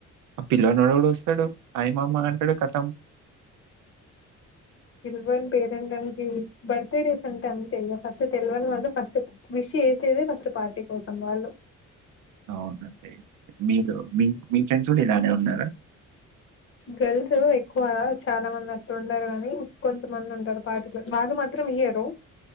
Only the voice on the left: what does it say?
తెలవని పేరెంట్కి బర్త్ డేస్ అంటే అంతే ఫస్ట్ తెలవని వాళ్ళు ఫస్ట్ విష్ వేసేదే ఫస్ట్ పార్టీ కోసం వాళ్ళు.
గల్స్ ఎక్కువ. చాలా మంది అక్కలు ఉండారు కానీ కొంతమంది ఉంటారు పార్టీ వాళ్ళు మాత్రం ఇయ్యరు